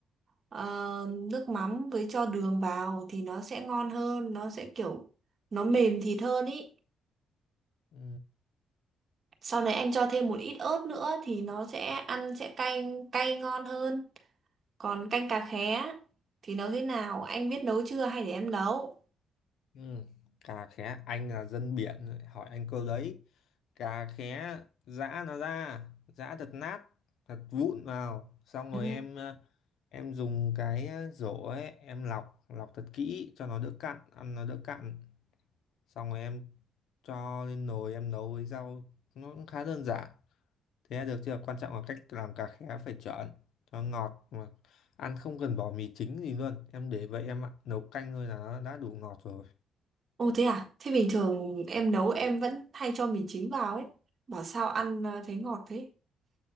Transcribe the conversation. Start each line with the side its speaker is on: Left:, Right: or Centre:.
Right: ờ, nước mắm với cho đường vào thì nó sẽ ngon hơn, nó sẽ kiểu nó mềm thịt hơn ý.
Left: ừ.
Right: Sau đấy anh cho thêm một ít ớt nữa thì nó sẽ ăn sẽ cay cay ngon hơn. Còn canh cà khé thì nấu thế nào? Anh biết nấu chưa hay để em nấu?
Left: Ừ. Cà khé anh là dân biển lại hỏi anh câu đấy cà khé giã nó ra giã thật nát thật vụn vào xong
Right: ừ,
Left: rồi em ờ, em dùng cái ờ, rổ ấy em lọc lọc thật kỹ cho nó đỡ cặn ăn nó đỡ cặn xong rồi em cho lên nồi em nấu với rau nó cũng khá đơn giản thế là được chưa quan trọng là cách làm cà khé phải chuẩn cho ngọt mà ăn không cần bỏ mì chính gì luôn em để vậy em ạ. nấu canh thôi là nó đã đủ ngọt rồi
Right: Ồ thế à? Thế bình thường em nấu em vẫn hay cho mì chính vào ấy. Bảo sao ăn ờ, thấy ngọt thế?